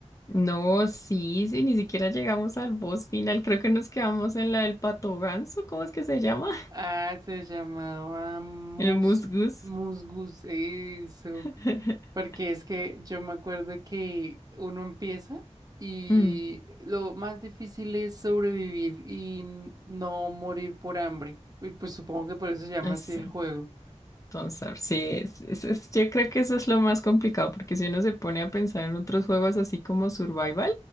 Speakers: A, on the left; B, on the right.
A: No, sí, sí, ni siquiera llegamos al boss final. Creo que nos quedamos en la del pato ganso, ¿cómo es que se llama? <laughs>
B: Ah, se llamaba Mus,
A: El musgus.
B: Musgus, eso.
A: <laughs>
B: Porque es que yo me acuerdo que uno empieza y
A: Mm,
B: lo más difícil es sobrevivir y n- no morir por hambre. Y pues supongo que por eso se llama
A: así
B: así el juego.
A: Don't Starve, sí, es- es- es- yo creo que eso es lo más complicado porque si uno se pone a pensar en otros juegos así como Survival.